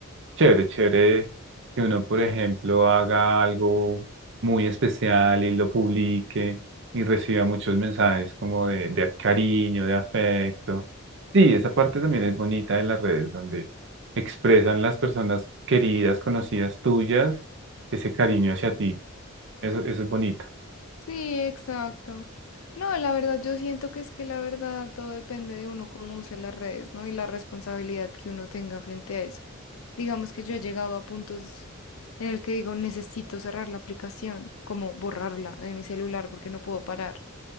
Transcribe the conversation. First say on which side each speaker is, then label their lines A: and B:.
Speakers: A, on the right; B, on the left.
A: Chévere, chévere que uno, por ejemplo, haga algo muy especial y lo publique y reciba muchos mensajes como de, de cariño, de afecto. Sí, esa parte también es bonita de las redes, donde expresan las personas queridas, conocidas tuyas, ese cariño hacia ti Eso, eso es bonito.
B: Sí, exacto. No, la verdad, yo siento que es que la verdad todo depende de uno cómo use las redes, ¿no? Y la responsabilidad que uno tenga frente a eso. Digamos que yo he llegado a puntos en el que digo, necesito cerrar la aplicación, como borrarla de mi celular porque no puedo parar.